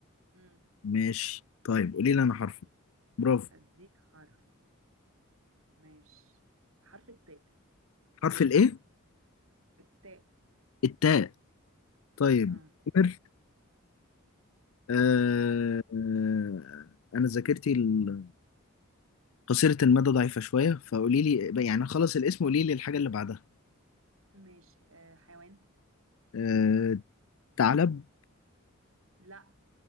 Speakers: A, on the right (about 75°); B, on the left (about 80°).
A: أم،
B: ماشي طيب قولي لي أنا حرف
A: يلا
B: برافو
A: أديك حرف ماشي حرف التاء
B: حرف الإيه
A: التاء
B: التاء طيب
A: اه
B: قمر أه
A: ماشي
B: آه، أنا ذاكرتي ال- قصيرة المدى ضعيفة شوية فقولي لي يعني خلص الاسم قولي لي الحاجة اللي بعدها
A: ماشي آه حيوان
B: أه ثعلب
A: لا